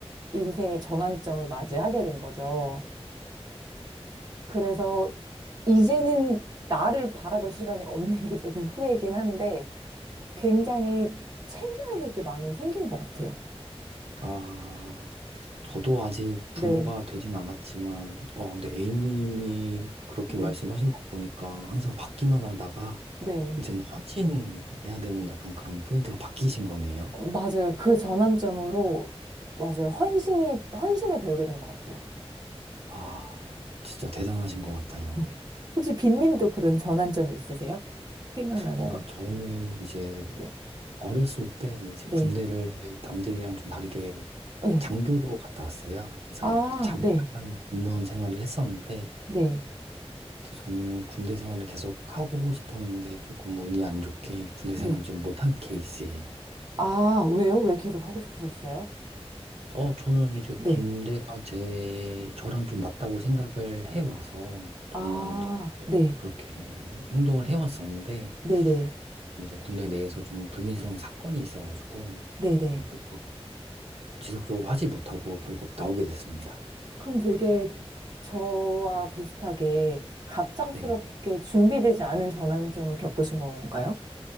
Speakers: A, on the right; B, on the right.
A: 인생의 전환점을 맞이하게 된 거죠. 그래서 이제는 나를 바라볼 시간이 없는 게 조금 후회긴 한데 굉장히 챙겨야 될 게 많이 생긴 것 같아요.
B: 아, 저도 아직 부모가
A: 네,
B: 되진 않았지만, 어, 근데 A님이 그렇게
A: 네,
B: 말씀하신 거 보니까 항상 받기만 하다가
A: 네.
B: 이제는 헌신해야 되는 약간 그런 포인트가 바뀌신 거네요.
A: 어, 맞아요. 그 전환점으로, 맞아요. 헌신이, 헌신을 배우게 된 것 같아요.
B: 아, 진짜 대단하신 것 같아요.
A: <laughs> 음. 혹시 빈님도 그런 전환점이 있으세요? 생각나는
B: 어,
A: 거?
B: 저는 이제
A: 네,
B: 어렸을 때 이제
A: 네,
B: 군대를 남들이랑 좀 다르게
A: 네.
B: 장교로 갔다 왔어요. 그래서
A: 아,
B: 잠깐
A: 네,
B: 공무원 생활을 했었는데,
A: 네,
B: 근데 저는 군대 생활을 계속 하고 싶었는데 조금 운이 안 좋게 군대
A: 네.
B: 생활을 좀 못한 케이스예요.
A: 아, 왜요? 왜 계속 하고 싶으셨어요?
B: 어, 저는 이제
A: 네.
B: 군대가 제, 저랑 좀 맞다고 생각을 해와서 저는
A: 아,
B: 이제
A: 네,
B: 그렇게 행동을 해왔었는데
A: 네네,
B: 어, 이제 군대 내에서 좀 불미스러운 사건이 있어가지고
A: 네네.
B: 네, 결국 지속적으로 하지 못하고 결국 나오게 됐습니다.
A: 그럼 되게 저와 비슷하게 갑작스럽게
B: 네.
A: 준비되지 않은 전환점을 겪으신 건가요?